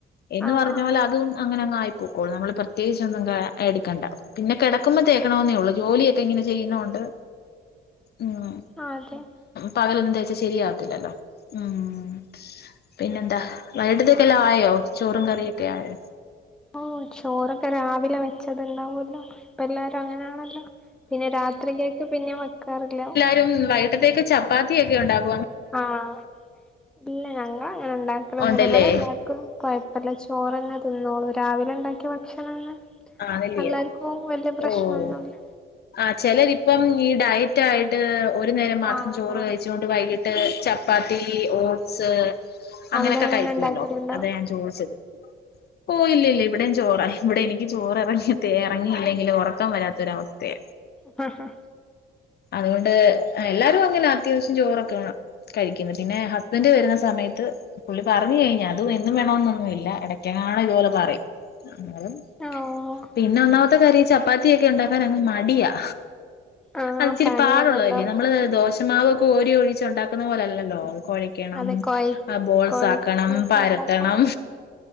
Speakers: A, on the left; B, in the centre.
A: എന്ന്
B: ആഹ്
A: പറഞ്ഞോലെ
B: ആഹ്
A: അതും അങ്ങനങ്ങായി പൊക്കോളും നമ്മള് പ്രത്യേകിച്ച് ഒന്നും കാ എടുക്കണ്ട പിന്നെ കെടക്കുമ്പോ തേക്കണൊന്നേ ഒള്ളൂ ജോലിയൊക്കെ ഇങ്ങനെ ചെയ്യ്ന്നോണ്ട് ഉം
B: ആതെ
A: പകലൊന്നും തേച്ചാ ശെരിയാവതില്ലല്ലോ ഉം പിന്നെന്താ? വൈകിട്ടത്തേക്കെല്ലാം ആയോ ചോറും കറിയൊക്കെ ആയോ?
B: ഓഹ് ചോറൊക്കെ രാവിലെ വെച്ചെത് ഇണ്ടാവോലോ ഇപ്പല്ലാരും അങ്ങനെയാണല്ലോ? പിന്നെ രാത്രികെക്ക് പിന്നെ വെക്കാറില്ല.
A: രും വൈയ്ട്ടതേക്ക് ചപ്പ് പാതിയെക്കെ ഒണ്ടാകും
B: ആഹ് ഇല്ല ഞങ്ങള അങ്ങനെ ണ്ടാക്കലൊന്നുംല്ല
A: ഉണ്ടല്ലേ
B: വടെ എല്ലാർക്കും ക്കൊഴപ്പംല്ല ചോറന്നെ തിന്നോളും രാവിലെ ണ്ടാക്കിയ ഭക്ഷണം ന്നെ
A: ആണല്ലേ
B: എല്ലാര്ക്കും വല്യയ പ്രശ്നൊന്നുംല്ല
A: ഓഹ് ആഹ് ചെലരിപ്പം ഈ ഡയറ്റ് ആയിട്ട് ഒരു നേരം മാത്രം
B: ആഹ്
A: ചോറ്
B: ആഹ്
A: കഴിച്ചോണ്ട് വൈകിട്ട് ചപ്പാത്തീ ഓട്സ് അങ്ങനെക്കെ
B: അവിടെ അങ്ങനെ
A: കഴിക്കുല്ലോ
B: ഉണ്ടാക്കലുണ്ടോ
A: അതാ ഞാൻ ചോയ്ച്ചത് ഓഹ് ഇല്ല ഇല്ല ഇവിടെം ചോറാ ഇവിടെ എനി ഈ ചോറ് എറങ്ങിത്തീ എറങ്ങിയില്ലങ്കില് ഉറക്കം വരാത്തൊരവസ്ഥെ
B: ഹ ഹ്ഹാ
A: അതുകൊണ്ട് എല്ലാരും അങ്ങനാ അത്യാവ്ശ്യം ചോറൊക്കെ വേണം കഴിക്കിന്ന് പിന്നെ ഹസ്ബൻഡ് വരുന്ന സമയത്ത് പുള്ളി പറഞ്ഞു കഴിഞ്ഞാ അതും എന്നും വേണോന്നൊന്നും ഇല്ല ഇടക്ക് ങ്ങാണോ ഇതുപോലെ പറയും എന്നാലും
B: ആണോ
A: പിന്നെ ഒന്നാംത്തെ കാര്യം ഈ ചപ്പാത്തിയെക്കെ ഉണ്ടാക്കാന അങ്ങ് മടിയാ
B: ആഹ്
A: അത്ച്ചിരി
B: പണിയാണല്ലോ
A: പാടുള്ളതല്ലേ
B: അതൊക്കെ
A: നമ്മള് ദോഷമാവ് കോരി ഒഴിച്ച് ഉണ്ടാക്കുന്ന പോലെല്ലല്ലോ അത് കൊഴ ക്കണം
B: അത് കൊഴ
A: ബോൾസ്
B: കൊഴച്ചൊക്കെ
A: ആക്കണം പരത്തണം
B: ഉണ്ടാക്കണം